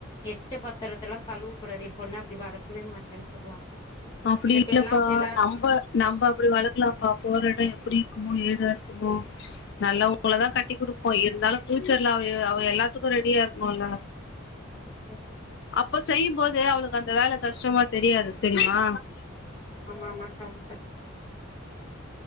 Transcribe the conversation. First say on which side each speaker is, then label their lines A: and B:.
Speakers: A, on the left; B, on the left.
A: எச்ச பத்திரத்த எல்லா கழுவ கூடாது என் பொண்ண அப்டி வளக்கவே மாட்டேன்னு சொல்லுவாங்க
B: அப்டி
A: சில
B: இல்லப்பா
A: பேர்லா அப்டி எல்லா
B: நம்ப நம்ப அப்டி வளக்கலாம்ப்பா போற எட எப்டி இருக்குமோ ஏதா இருக்குமோ நல்லவங்களதா கட்டி குடுப்போ இருந்தாலு ஃபியூச்சர்ல அவ அவ எல்லாத்துக்கு ரெடியா இருக்ணுல்ல
A: பாப்போ <unintelligible>
B: அப்ப செய்யுபோது அவளுக்கு அந்த வேல கஷ்டமா தெரியாது தெரிமா
A: ஆமா ஆமா கரெக்டு